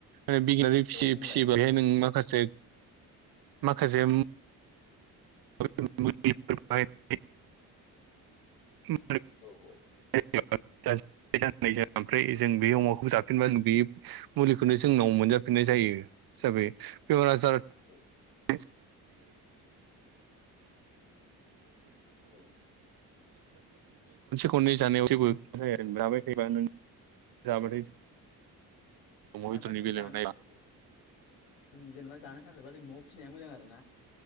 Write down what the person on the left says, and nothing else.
औ बुंलाय
औ औ
<inaudible>
औ
औ
थारमा
जों
जानो
औ जों जेनेबा जानो थाखायबा जों न'आव फिनाया मोजां आरो ना